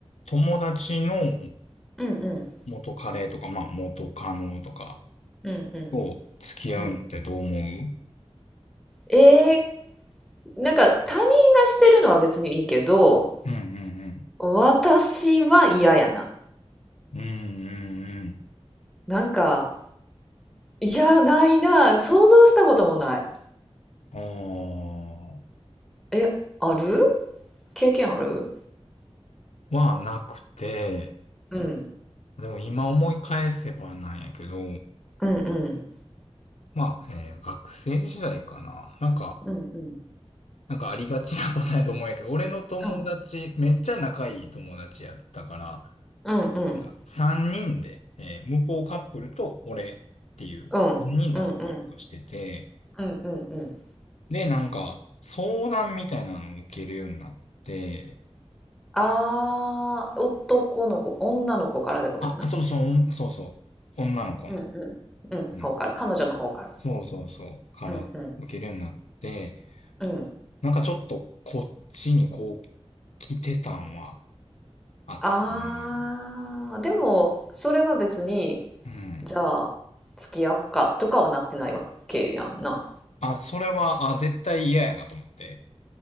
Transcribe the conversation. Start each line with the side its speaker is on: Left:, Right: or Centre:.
Left: 友達の
Centre: うんうん
Left: 元カレとか、まあ元カノとか
Centre: うんうん
Left: と付き合うのってどう思う
Centre: うんえー、なんか他人がしてるのは別にいいけど
Left: うんうん
Centre: 私は嫌やな
Left: うん。うんうん
Centre: なんかいやないな想像したこともない
Left: うん。あ
Centre: えある経験ある
Left: あ。はなくて、
Centre: うん
Left: でも今思い返せばなんやけど、
Centre: うんうん
Left: まあ、えー学生時代かな。なんか、
Centre: うんうん
Left: なんかありがちなパターンやと思うんやけど、俺の友達、
Centre: うん
Left: めっちゃ仲いい友達やったから、
Centre: うんうん
Left: なんか3人で、えー向こうカップルと俺っていう3人で遊んだりとかしてて、
Centre: うんうんうんうんうん
Left: で、なんか、相談みたいなのを受けるようになって、
Centre: あー男の子女の子からってことやな
Left: あ、そうそう、そうそう、女の子の。
Centre: うんうんうん方から彼女の方から
Left: うん。そうそうそう、から受けるようになって、
Centre: うんうんうん
Left: なんかちょっとこっちにこう、来てたんはあってんな
Centre: ああ、でも、それは別に、
Left: うん。
Centre: じゃあ、付き合おうかとかはなってないわけやんな。
Left: あ、それは、あ、絶対嫌やなと思って。